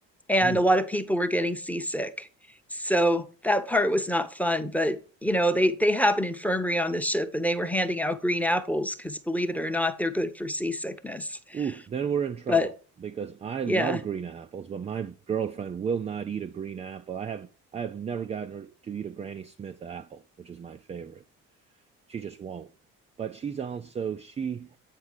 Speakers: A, in the centre; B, on the right.
A: and
B: Hmm.
A: a lot of people were getting seasick. So that part was not fun, but you know, they they have an infirmary on the ship and they were handing out green apples because believe it or not, they're good for seasickness.
B: Ooh, then we're in trouble
A: But
B: because I
A: yeah.
B: love green apples, but my girlfriend will not eat a green apple. I have I have never gotten her to eat a Granny Smith apple, which is my favorite. She just won't. But she's also she